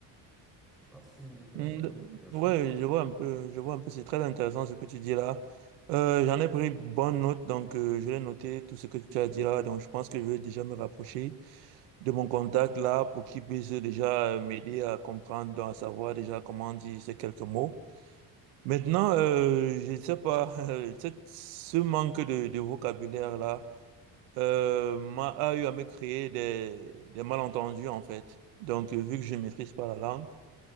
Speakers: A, in the centre; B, on the right.
A: Je ne sais pas si j'ai
B: Mm,
A: répondu
B: d-
A: à ta question.
B: Ouais, je vois un peu, je vois un peu, c'est très intéressant ce que tu dis là. Euh, j'en ai pris bonne note, donc euh, je vais noter tout ce que tu as dit là. Donc je pense que je vais déjà me rapprocher de mon contact là pour qu'il puisse déjà euh, m'aider à comprendre, donc à savoir déjà comment dire ces quelques mots. Maintenant, euh, je ne sais pas, <laughs> euh, cette- ce manque de, de vocabulaire là euh, m'a a eu à me créer des, des malentendus en fait. Donc euh, vu que je ne maîtrise pas la langue.